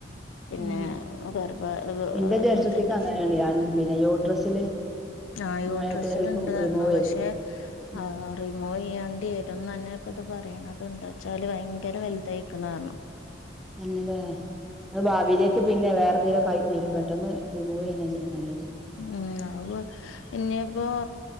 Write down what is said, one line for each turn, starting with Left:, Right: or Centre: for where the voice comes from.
Left: പിന്നെ
Centre: ഉം
Left: ഗർഭത്തണ്ട്
Centre: ഇന്റെ ജ്യേഷ്ഠത്തിക്ക് അങ്ങനെയാണ് അൻ പിന്നെ യൂട്രസില്
Left: ആഹ് യൂട്രസ്സിലണ്ട്
Centre: മഴായിട്ട് ഇപ്പം റിമൂവ്
Left: റഞ്ഞു
Centre: ചെയ്ത്
Left: പക്ഷെ
Centre: ഉം
Left: ആഹ് റിമൂവ് ചെയ്യേണ്ടി വരുംന്ന് തന്നെ ഇപ്പ ഇത് പറയണത എന്താ വച്ചാല് ഭയങ്കര വലുതായിക്കണ കാരണം
Centre: തന്നെല്ല അത് ഭാവിയിലെ പിന്നെ വേറെന്തെങ്കിലും ആയി തീരും പെട്ടെന്ന് റിമൂവ് ചെയ്യുന്ന നല്ലത്
Left: ഉം ആഹ് ഇന്നെപ്പോ